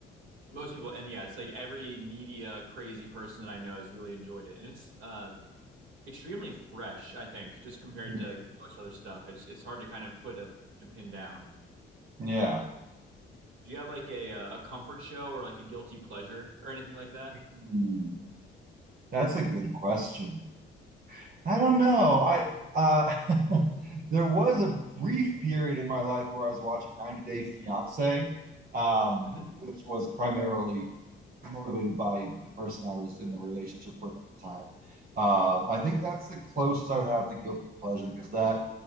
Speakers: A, on the right (about 80°); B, on the right (about 50°).
A: most people and yeah it's like every media crazy person that i know has really enjoyed it and it's uh extremely fresh i think just compared
B: Hmm.
A: to most other stuff it's it's hard to kind of put a to pin down
B: Yeah.
A: uh do you have like a uh, a comfort show or like a guilty pleasure or anything like that
B: Hmm. That's a good question. I don't know. I uh, <laughs> there was a brief period in my life where I was watching 90 Day Fiancé, um,
A: <laughs>
B: which was primarily motivated by the person I was in a relationship with at the time. Um, I think that's the closest I would have to guilty pleasure because that,